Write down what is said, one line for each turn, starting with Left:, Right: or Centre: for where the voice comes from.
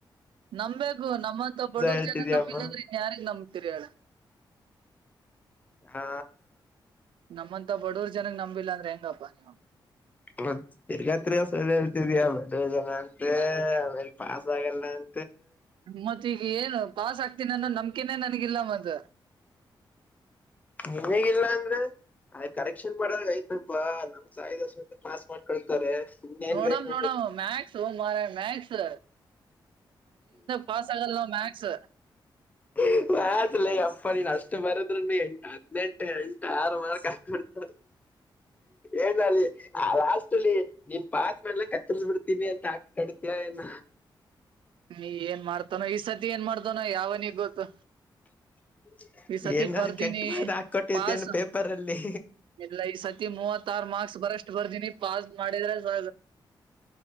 Right: ನಂಬ್ಗು ನಮ್ಮಂತ ಬಡವರ್
Left: ಹೇಳ್ತಿದ್ಯಪ್ಪ
Right: ಜನ ನಂಬಿಲ್ಲಂದ್ರೆನ್ ಯಾರಿಗ್ ನಂಬ ತಿರಿಯಳ
Left: ಹಾ
Right: ನಮ್ಮಂತ ಬಡವರ್ ಜನಗ್ ನಂಬಿಲ್ಲ ಅಂದ್ರೆ ಹೆಂಗಪ್ಪಾ ನೀವು
Left: ಮತ್ತ ತಿರ್ಗಾತ್ರಿ ಸಲ ಹೇಳ್ತಿದ್ಯಾ ಮಡ ಜನ ಅಂತ ಆಮೇಲೆ ಪಾಸ್ ಆಗಲ್ಲ ಅ
Right: ಮತ್ತ ಈಗ ಏನು ಪಾಸ್ ಆಗ್ತೀನ ಅನ್ನೋ ನಂಬಿಕೆನೇ ನನ್ಗಿಲ್ಲ ಮದ
Left: ನ್ಗಿಲ್ಲ ಅಂದ್ರೆ ಅದ ಕರೆಕ್ಷನ್ ಮಾಡದ ಆಯ್ತಪ್ಪಾ ನಮ್ ಸಾಯರ್ ಪಾಸ್ ಮಾಡ್ಕೊ ನ
Right: ನೋಡಮ್ ನೋಡಮ್ ಮ್ಯಾಕ್ಸ್ ಮಾರಾಯ ಮ್ಯಾಕ್ಸ್ ಪಸ್ ಆಗಲ್ಲ ಮಕ್ಸ್
Left: ಹ ಮತ್ ಲ ಅಪ್ಪ ನೀನ್ ಅಷ್ಟು ಬರದ್ರ ಎಂಟು ಹದ್ನೆಂಟು ಎಂಟು ಆರು ಮಾರ್ಕ್ ಹಾಕಡ್ತ ಏನಲ್ಲಿ ಆಸ್ತಲಿ ನೀನ್ ಪಾಸ್ ಮಾಡ್ಲ ಕತ್ತರ್ಸ್ ಬಿಡ್ತೀನಿ ಅಂತ ಆಕ್ ಕಡ್ತಯ ಏನ್
Right: ನೀ ಏನ್ ಮಾಡ್ತಾನೋ ಈ ಸತಿ ಏನ್ ಮಾಡ್ತಾನೋ ಯಾವನಿಗೆಗ್ ಗೊತ್ತು
Left: <unintelligible>
Right: ಈ ಸತಿ
Left: ಏನೋ
Right: ಭರ್ಧಿ
Left: ಕೆಟ್ಟ ಮಾತ್ ಹಾಕೊಟ್ಟಿತ್ತೇನು
Right: ಪಸ್
Left: ಪೇಪರ್ ಅಲ್ಲಿ
Right: ಎ ಈ ಸತಿ ಮೂವತ್ತಾರ ಮಾರ್ಕ್ಸ್ ಬರಷ್ಟು ಬರ್ದೀನಿ ಪಾಸ್ ಮಾಡಿದ್ರೆ ಸ